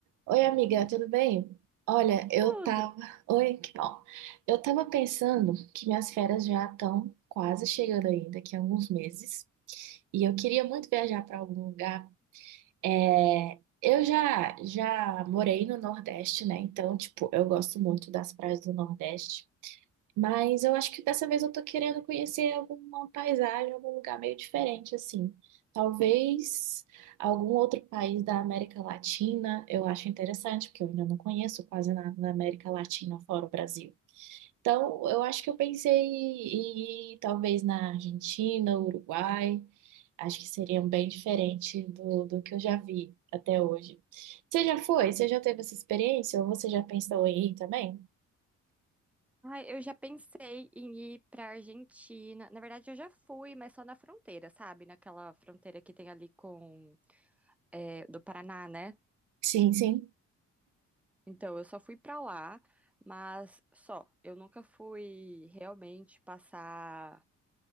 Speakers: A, on the right (about 80°); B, in the centre.
A: Oi, amiga, tudo bem? Olha, eu
B: Tudo.
A: tava. Oi, que bom. Eu tava pensando que minhas férias já estão quase chegando ainda, daqui a alguns meses. E eu queria muito viajar para algum lugar. É, Eu já já morei no Nordeste, né? Então, tipo, eu gosto muito das praias do Nordeste. Mas eu acho que dessa vez eu tô querendo conhecer alguma paisagem, algum lugar meio diferente, assim. Talvez algum outro país da América Latina, eu acho interessante, porque eu ainda não conheço quase nada da América Latina fora o Brasil. Então, eu acho que eu pensei em ir talvez na Argentina, Uruguai. Acho que seriam bem diferente do, do que eu já vi até hoje. Você já foi? Você já teve essa experiência? Ou você já pensou em ir também?
B: Ai, eu já pensei em ir pra Argentina. Na verdade, eu já fui, mas só na fronteira, sabe? Naquela fronteira que tem ali com é, do Paraná, né?
A: Sim, sim.
B: Então, eu só fui pra lá, mas só. Eu nunca fui realmente passar